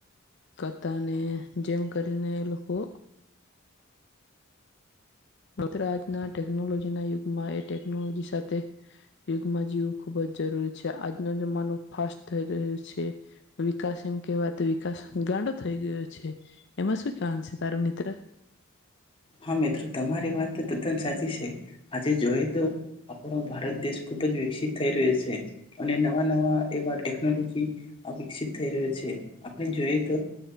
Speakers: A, on the left; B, on the left.
A: કરતા ને જેમ કરીને એ લોકો મિત્ર આજના ટેકનોલોજીના યુગમાં એ ટેકનોલોજી સાથે યુગમાં જીવ ખુબ જ જરૂરી છે આજનો જમાનો ફાસ્ટ થઈ રહ્યું છે વિકાસ એમ કેવાય તો વિકાસ ગાંડો થઈ ગયો છે એમાં શું કવાનું છે તારો મિત્ર
B: હા મિત્રો તમારી વાત તો તદ્દન સાચી છે આજે જોઈએ તો આપણો ભારત દેશ ખુબ જ વિકસિત થઈ રહ્યું છે અને નવા નવા એવા ટેકનોલોજી આ વિકસિત થઈ રહ્યો છે. આપણે જોઈએ તો